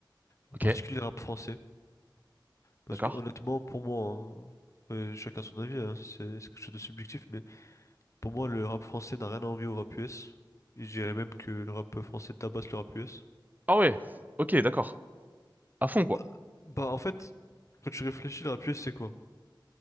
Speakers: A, on the left; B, on the right.
A: en
B: Ok,
A: particulier le rap français. Parce
B: d'accord.
A: que honnêtement, pour moi, hein, ouais, chacun son avis, hein, c'est c'est quelque chose de subjectif, mais pour moi, le rap français n'a rien à envier au rap US. Et je dirais même que le rap français tabasse le rap US.
B: Ah ouais, ok, d'accord. À fond,
A: Bah,
B: quoi.
A: bah, en fait, quand tu réfléchis, la pièce, c'est quoi?